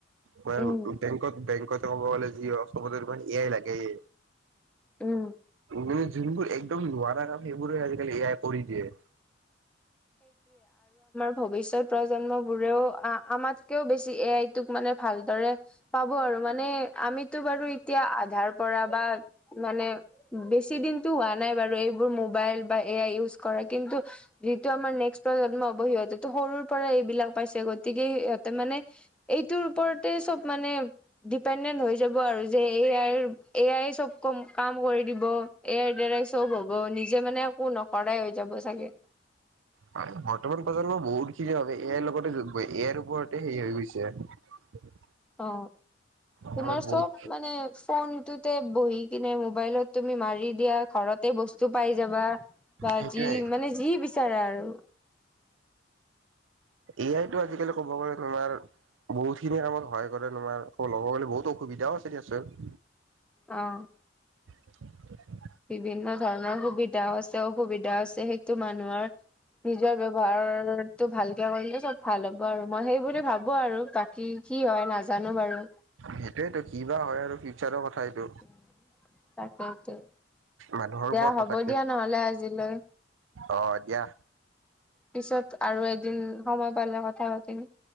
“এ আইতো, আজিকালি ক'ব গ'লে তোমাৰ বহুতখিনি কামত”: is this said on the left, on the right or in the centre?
Right